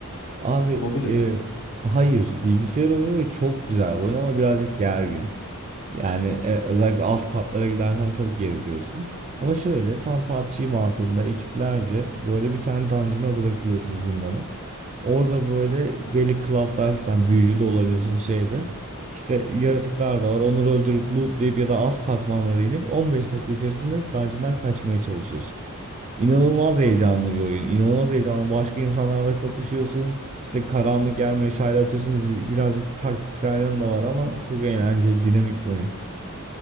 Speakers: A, on the right (about 30°); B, on the left (about 55°).
A: Abi
B: Mobil
A: e,
B: oyun mu?
A: hayır bilgisayar oyunu ve çok güzel bir oyun ama birazcık gergin. Yani e, özellikle alt katlara gidersen çok geriliyorsun. Ama şöyle tam PUBG mantığında ekiplerce böyle bir tane dungeon'a bırakılıyorsun zindana. Orada böyle belli klaslar sen büyücü de olabiliyorsun şeyde. İşte yaratıklar da var. Onları öldürüp lootlayıp ya da alt katmanlara inip 15 dakika içerisinde dungeon'dan kaçmaya çalışıyorsun. İnanılmaz heyecanlı
B: Allah Allah.
A: bir oyun. İnanılmaz heyecanlı. Başka insanlarla kapışıyorsun. İşte karanlık yer meşale atıyorsun. Zi- Birazcık taktiksel yanı da var ama çok eğlenceli, dinamik bir oyun.